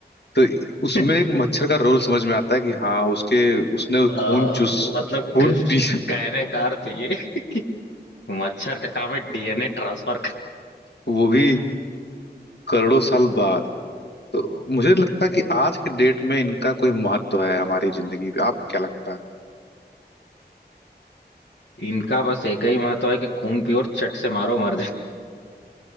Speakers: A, on the left; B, on the left.
A: तो
B: <laughs>
A: उसमें एक मच्छर का रोल समझ में आता है कि हाँ उसके उसने
B: आ,
A: खून चूस
B: मतलब
A: खून
B: किस-
A: पी
B: कहने का अर्थ ये कि मच्छर का काम है डीएनए ट्रांसफर का
A: वो भी करोड़ों साल बाद तो मुझे लगता है कि आज के डेट में इनका कोई महत्व है हमारी जिंदगी पे आपको क्या लगता है
B: इनका बस एक ही महत्व है कि खून पियो और चट से मारो मर